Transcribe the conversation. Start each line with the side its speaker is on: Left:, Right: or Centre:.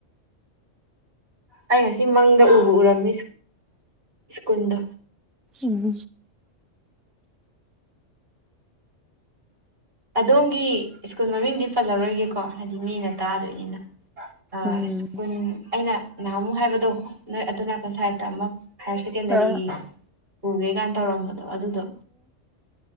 Right: ꯑꯩ ꯉꯁꯤ ꯃꯪꯗ ꯎꯕ ꯎꯔꯝꯃꯤ ꯁ꯭ꯀꯨꯜꯗ
Centre: ꯎꯝ
Right: ꯑꯗꯣꯝꯒꯤ ꯁ꯭ꯀꯨꯜ ꯃꯃꯤꯡꯗꯤ ꯄꯜꯂꯔꯣꯏꯒꯦꯀꯣ ꯍꯥꯏꯗꯤ ꯃꯤꯅ ꯇꯥꯗꯣꯏꯅꯤꯅ ꯑ
Centre: ꯎꯝ
Right: ꯁ꯭ꯀꯨꯜ ꯑꯩꯅ ꯅꯍꯥꯃꯨ ꯍꯥꯏꯕꯗꯣ ꯅꯣꯏ ꯑꯗꯨ ꯀꯟ ꯁꯥꯏꯠꯇ ꯑꯃꯨꯛ ꯍꯥꯌꯔ ꯁꯦꯀꯦꯟꯗꯔꯤꯒꯤ
Centre: ꯑ ꯑꯣ
Right: ꯄꯨꯒꯦ ꯀꯥꯏꯅ ꯇꯧꯔꯝꯕꯗꯣ ꯑꯗꯨꯗꯣ